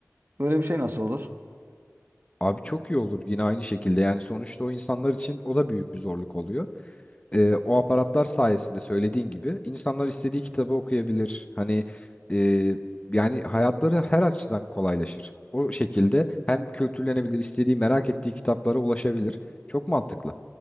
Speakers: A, on the right; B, on the left.
A: Böyle bir şey nasıl olur?
B: Abi çok iyi olur yine aynı şekilde yani sonuçta o insanlar için o da büyük bir zorluk oluyor. Ee, o aparatlar sayesinde söylediğin gibi insanlar istediği kitabı okuyabilir. Hani e, yani hayatları her açıdan kolaylaşır. O şekilde hem kültürlenebilir, istediği merak ettiği kitaplara ulaşabilir. Çok mantıklı.